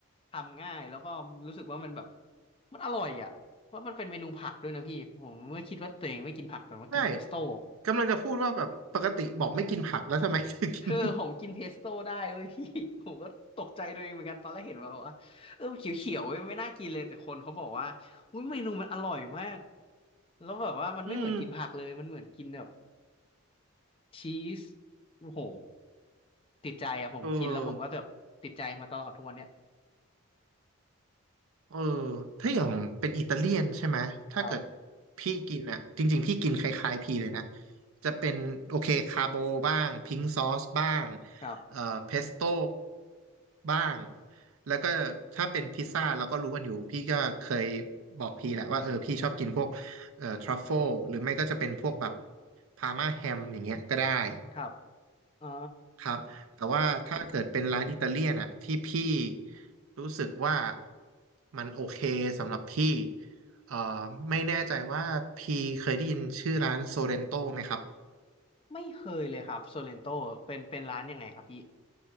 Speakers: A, on the left; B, on the right.
A: ทำง่ายแล้วก็รู้สึกว่ามันแบบมันอร่อยอ่ะว่าะมันเป็นเมนูผักด้วยนะพี่ผมไม่คิดว่าตัวเองไม่กินผักแต่ว่ากินเพสโต้
B: ใช่กำลังจะพูดว่าแบบปกติบอกไม่กินผักแล้วทำไมถึงกิน
A: เือผมกินเพสโต้ได้เว้ย <laughs> พี่ <laughs> ผมก็ตกใจตัวเองเหมือนกันตอนแรกเห็นมาบอกว่าเออมันเขียวๆเว้ยไม่น่ากินเลยแต่คนเขาบอกว่าอุ้ยเมนูมันอร่อยมากแล้วแบบว่ามันไม่เหมือนกินผักเลยมันเหมือนกินแบบ
B: อืม
A: ชีสโอ้โหติดใจอะผมกินแล้วผมก็แบบติดใจมาตลอดทุกวันเนี้ย
B: เออ เออถ้าอย่างเป็นอิตาเลียนใช่ไหมถ้าเกิด
A: ครับ
B: พี่กินอะจริงๆพี่กินคล้ายๆพี่เลยนะจะเป็นโอเคคาโบบ้างพิงซอสบ้าง
A: ครับ
B: เอ่อเพสโต้บ้างแล้วก็ถ้าเป็นพิซซ่าเราก็รู้กันอยู่พี่ก็เคยบอกพี่แหละว่าเออพี่ชอบกินพวกเอ่อทรัฟเฟิลหรือไม่ก็จะเป็นพวกแบบพาร์มาแฮมอย่างเงี้ยก็ได้
A: ครับอ่า
B: ครับแต่ว่าถ้าเกิดเป็นร้านอิตาเลียนอะที่พี่รู้สึกว่ามันโอเคสำหรับพี่เอ่อไม่แน่ใจว่าพี่เคยได้ยินชื่อร้านโซเรนโตไหมครับ
A: ไม่เคยเลยครับโซเลนโตเป็นเป็นร้านยังไงครับพี่